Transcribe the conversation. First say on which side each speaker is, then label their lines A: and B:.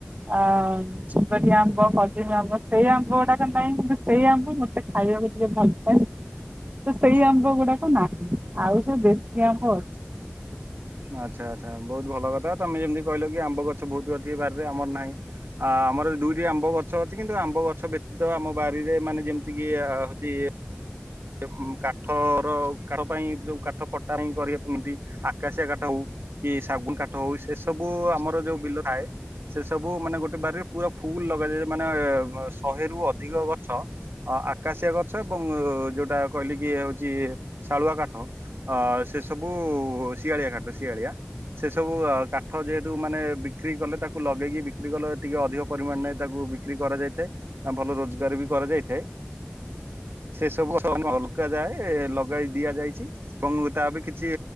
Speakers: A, on the right; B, on the right.
A: ଆଉ ସୁନ୍ଦରୀ ଆମ୍ବ ଖଜୁରୀ ଆମ୍ବ ସେଇ ଆମ୍ବ ଗୁଡାକ ନାହିଁ କିନ୍ତୁ ସେଇ ଆମ୍ବ ମତେ ଖାଇ ଖାଇବାକୁ ଟିକେ ଭଲପାଏ ତ ସେଇ ଆମ ଆମ୍ବ ଗୁଡାକ ନାହିଁ, ଆଉ ସବୁ ଦେଶୀ ଆମ୍ବ ଅଛି।
B: ଆଚ୍ଛା ଆଚ୍ଛା ବହୁତ ଭଲ କଥା, ତମେ ଯେମତି କହିଲ କି ଆମ୍ବ ଗଛ ବହୁତ ଅଛି ବାରିରେ, ଆମର ନାହିଁ। ଆ ଆମର ଦୁଇଟି ଆମ୍ବ ଗଛ ଅଛି, କିନ୍ତୁ ଆମ୍ବ ଗଛ ବ୍ୟତୀତ ଆମ ବାରିରେ ମାନେ ଯେମତି କିି ହଉଚି ଇଏ ଉଁମ କାଠର କାଠ ପାଇଁ ଯୋଉ କାଠ ପଟା ପାଇଁ କରିବା କେମିତି ଆ ଆକାଶିଆ କାଠ ହଉ କି ସାଗୁନ କାଠ ହଉ, ସେ ସବୁ ଆମର ଯୋଉ ବିଲ ଥାଏ ସେ ସବୁ ମାନେ ଗୋଟେ ବାରିରେ ପୁରା ଫୁଲ ଲଗାଯାଏ ମାନେ ଶହେରୁୁ ଅଧିକ ଗଛ ଅ ଆକାଶିଆ ଗଛ ଏବଂ ଯୋଉଟ ଟା କହିଲି କି ହଉଚି ଶାଳୁଆ କାଠ ଅ ସେ ସବୁ ଶିଆଳିଆ କାଠ, ଶିଆଳିଆ। ସେ ସବୁ କାଠ ଯେହେତୁ ମାନେ ବିକ୍ରି କଲେ ତାକୁ ଲଗେଇକି ବିକ୍ରି କଲେ, ଟିକେ ଅଧିକ ପରିମାଣ ନେଇ ତାକୁ କୁ ବିକ୍ରି କରା ଯାଇଥାଏ ଆ ଭଲ ରୋଜଗାର ବି କରା ଯାଇଥାଏ।
A: ହୁଁ
B: ସେ ସବୁ ଅଲଗା ଯାଏ ଲଗାଇ ଦିଆ ଯାଇଛି ଏବଂ ତା ବି କିଛି